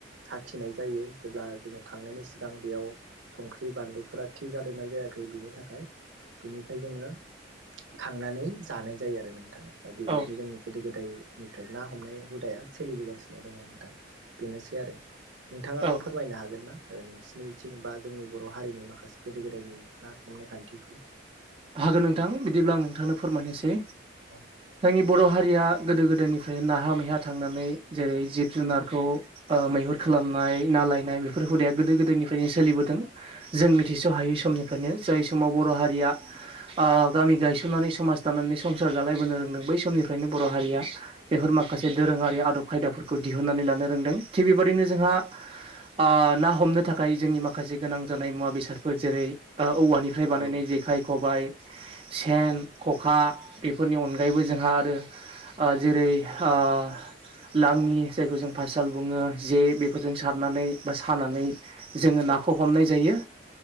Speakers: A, on the right (about 75°); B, on the right (about 30°).
A: साखिनाय जायो जेब्ला जोंङो खांनायनि सिगां बेयाव सं बानलुफोरा थि जादोंना जायाखै बिनि थाखाय बिनिफ्राय जोंङो खांनानै जानाय जायो आरो नोंथां बेबायदिनो
B: औ
A: जोंङो गोदो गोदाय निफ्राय ना हमनाय हुदाया सोलिबोगासिनो दङ नोंथां बेनोसै आरो। नोंथाङाबो
B: औ
A: फोरमायनो हागोन ना नोंसिनिथिं बा जोंनि बर' हारिनि माखासे गोदो गोदायनि ना हमनाय खान्थिखौ
B: हागोन नोंथां बिदिब्ला आं नोंथांनो फोरमायनोसै
A: औ
B: जोंनि बर' हारिया गोदो गोदायनिफ्राय नाहा मैहा थांनानै जेरै जिब जुनारखौ ओ मैहुर खालामनाय ना लायनाय बेफोर हुदाया गोदो गोदायनिफ्रायनो सोलिबोदों जों मिथिस' हायै समनिफ्रायनो। जाय समाव बर' हारिया
A: <inaudible>
B: ओ गामि गायसननानै समाज दानानै संसार जालायबोनो रोंदों बै समनिफ्रायनो बर' हारिया बेफोर मा खासे दोरोङारि आदब खायदाफोरखौ दिहुननानै लानो रोंदों थिग बेबायदिनो जोंहा ओ ना हमनो थाखाय जोंनि माखासे गोनां जानाय मुवा बेसादफोर जेरै ओ औवानिफ्राय बानायनाय
A: औ नोंथां
B: जेखाय खबाय सेन ख'खा बेफोरनि अनगायैबो जोंहा आरो जेरै ओ लाङि जायखौ जों पाससाल बुङो जे बेफोरजों सारनानै बा सानानै जोंङो ना खौ हमनाय जायो